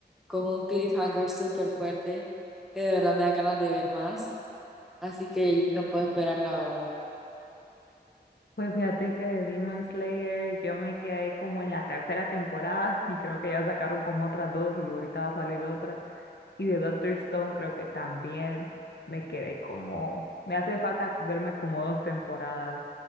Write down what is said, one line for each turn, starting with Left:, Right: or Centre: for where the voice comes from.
Centre: con un cliffhanger súper fuerte, que de verdad me da ganas de ver más, así que no puedo esperar, la verdad.
Left: Pues fíjate que de Demon Slayer yo me quedé como en la tercera temporada <laughs> y creo que ya sacaron como otras dos y ahorita va a salir otra. Y de Doctor Stone creo que también me quedé como, me hace falta verme como dos temporadas.